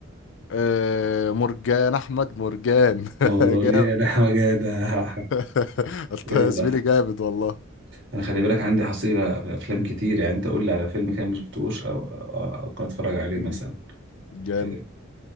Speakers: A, on the left (about 65°); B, on the right (about 60°).
A: آه مرجان احمد مرجان <laughs>
B: نور
A: جامد
B: يا نحمة جدع
A: <laughs> انت
B: جدع
A: يا زميلي جامد والله
B: انا خلي بالك عندي حصيله في افلام كتير يعني انت قول لي على فيلم كده ما شفتوش او او أو ممكن اتفرج عليه
A: مم،
B: مثلا
A: جامد
B: في-